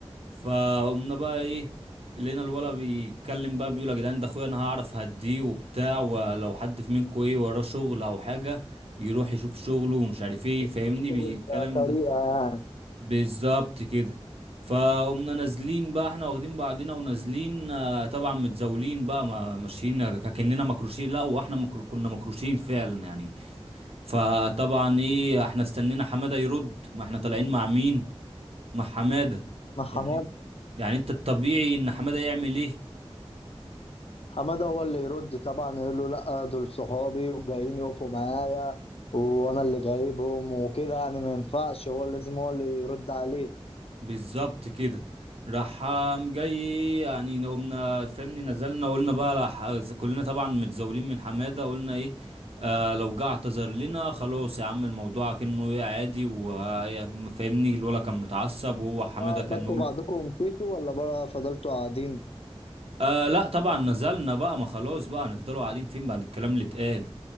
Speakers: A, on the right (about 65°); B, on the left (about 65°).
A: فقمنا بقى ايه لقينا الولا بيتكلم بقى بيقول يا جدعان ده اخويا انا هعرف هديه وبتاع ولو حد في منكم ايه وراه شغل او حاجة يروح يشوف شغله ومش عارف ايه
B: بيكروشكو
A: فاهمني بالكلام
B: بالطريقة
A: ده
B: يعني
A: بالظبط كده فقمنا نازلين بقى احنا واخدين بعضنا ونازلين آه، طبعا متزاولين بقى ما ماشيين كأننا مكروشين لا واحنا مكرو كنا مكروشين فعلا يعني فطبعا ايه احنا استنينا حمادة يرد ما احنا طالعين مع مين مع حمادة
B: ما حماد
A: يعني يعني انت الطبيعي ان حمادة يعمل ايه
B: حمادة هو اللي يرد طبعا يقول له لأ دول صحابي وجايين يقفوا معايا وأنا اللي جايبهم وكده يعني ما ينفعش هو لازم هو اللي يرد عليه
A: بالظبط كده راح قام جاي يعني قمنا فاهمني نزلنا قلنا بقى راح كلنا طبعا متزاولين من حمادة قلنا ايه آه لو جه اعتذر لنا خلاص يا عم الموضوع كأنه ايه عادي وفاهمني الولا كان متعصب وهو حمادة
B: بقى
A: كان
B: خدتوا
A: يقول
B: بعضكم ومشيتوا ولا بقى فضلتوا قاعدين
A: آه لا طبعا نزلنا بقى ما خلاص بقى هنفضلوا قاعدين فين بعد الكلام اللي اتقال